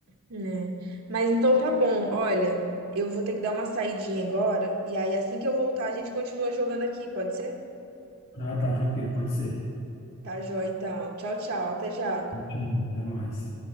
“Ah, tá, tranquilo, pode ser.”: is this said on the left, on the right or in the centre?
Left